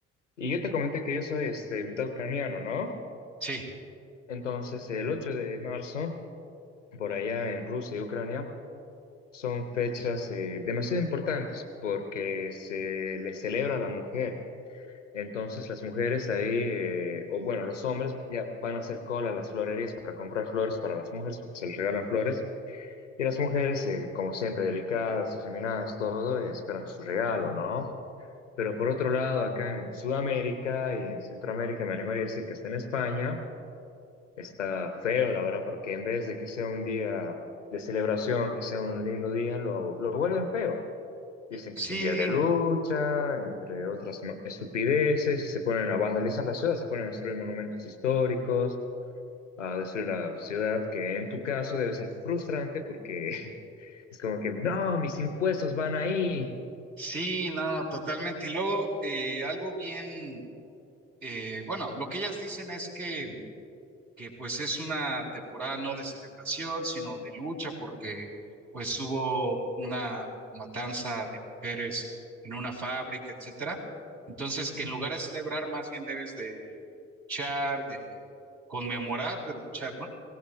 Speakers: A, on the left; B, on the right.
A: Y yo te comenté que yo soy este, mitad ucraniano, ¿no?
B: Sí,
A: Entonces, el 8 de marzo, por allá en Rusia y Ucrania, son fechas eh, demasiado importantes porque se le celebra a la mujer. Entonces las mujeres ahí, eh, o bueno, los hombres ya van a hacer cola a las florerías para comprar flores para las mujeres, porque se les regalan flores. Y las mujeres, eh, como siempre, delicadas, afeminadas, todo, eh, esperan su regalo, ¿no? Pero por otro lado, acá en Sudamérica y en Centroamérica, me animaría a decir que hasta en España, está feo, la verdad, porque en vez de que sea un día de celebración, que sea un lindo día, lo, lo vuelven feo. Dicen
B: sí,
A: que es un día de lucha, entre otras ma- estupideces, y se ponen a vandalizar la ciudad, se ponen a destruir monumentos históricos, a destruir la ciudad, que en tu caso debe ser frustrante porque <laughs> es como que, no, mis impuestos van ahí.
B: sí, no, totalmente. Y luego, eh, algo bien, eh, bueno, lo que ellas dicen es que que pues es una temporada no de celebración, sino de lucha, porque pues hubo una matanza de mujeres en una fábrica, etcétera. Entonces,
A: Ujú.
B: que en lugar de celebrar, más bien debes de luchar, de conmemorar, pero luchar, ¿no?